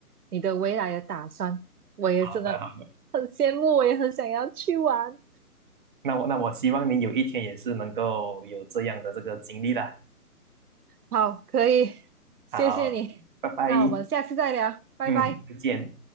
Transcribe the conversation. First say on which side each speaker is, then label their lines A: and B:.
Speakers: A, on the right; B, on the right.
A: 你的未来的打算，我也真的
B: 好的，好，
A: 很羡慕，我也很想要去玩。
B: 那我那我希望你有一天也是能够有这样的这个经历啦。
A: 好，可以，谢谢你，
B: 好，拜拜，
A: 那我们下次再聊，拜拜。
B: 嗯，再见。